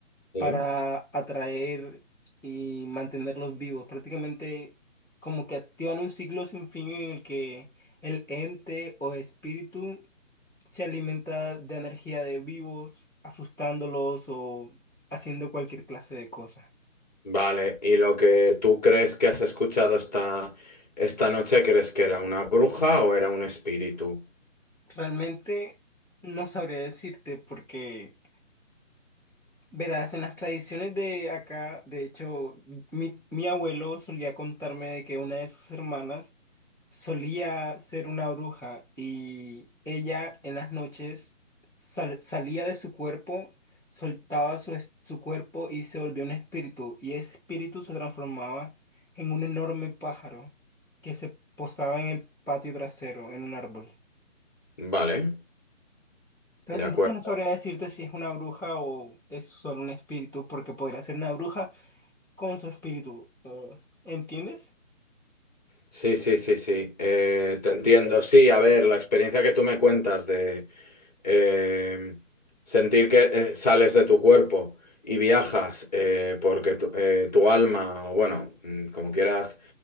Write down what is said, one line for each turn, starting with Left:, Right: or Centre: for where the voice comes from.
Left: sí.
Centre: para atraer y mantenerlos vivos. Prácticamente como que activan un ciclo sin fin en el que el ente o espíritu se alimenta de energía de vivos, asustándolos o haciendo cualquier clase de cosa.
Left: Vale, ¿y lo que tú crees que has escuchado esta, esta noche, crees que era una bruja o era un espíritu?
Centre: Realmente no sabría decirte porque Verás, en las tradiciones de acá, de hecho, mi, mi abuelo solía contarme de que una de sus hermanas solía ser una bruja y ella en las noches sal- salía de su cuerpo, soltaba su, es- su cuerpo y se volvía un espíritu y ese espíritu se transformaba en un enorme pájaro que se posaba en el patio trasero, en un árbol.
Left: Vale,
Centre: Entonces
Left: de
Centre: entonces
Left: acuerdo.
Centre: no sabría decirte si es una bruja o es solo un espíritu, porque podría ser una bruja con su espíritu. uh, ¿entiendes?
Left: Sí, sí, sí, sí, eh, te entiendo. Sí, a ver, la experiencia que tú me cuentas de, eh, sentir que eh, sales de tu cuerpo y viajas eh, porque tu, eh, tu alma, o bueno, mm, como quieras